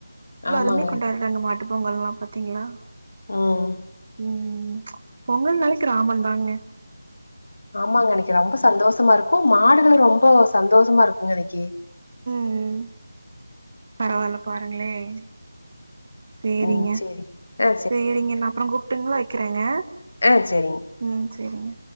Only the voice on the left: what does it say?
ஆமாங்க
ம்
ஆமாங்க அன்னைக்கு ரொம்ப சந்தோஷமா இருக்கு மாடுகளு ரொம்ப சந்தோஷமா இருக்குங்க அன்னைக்கு
ம் சேரி ஆ
ஆ சேரிங்க